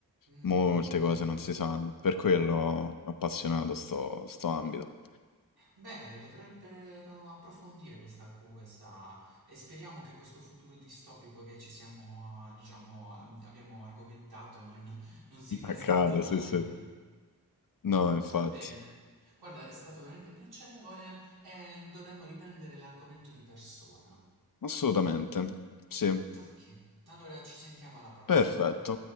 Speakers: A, on the right (about 80°); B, on the left (about 60°).
A: Mm,
B: Molte
A: mm.
B: cose non si sanno, per quello ho appassionato sto, sto ambito.
A: Beh, dovrebbero approfondire questa cosa e speriamo che questo futuro distopico che ci siamo, eh, diciamo, ab- abbiamo argomentato non, non si presenti
B: Accade,
A: mai.
B: sì, sì. No, infatti.
A: Va bene. Guarda, è stato veramente piacevole e dovremmo riprendere l'argomento di persona.
B: Assolutamente, sì,
A: Ok, allora ci sentiamo alla prossima.
B: perfetto.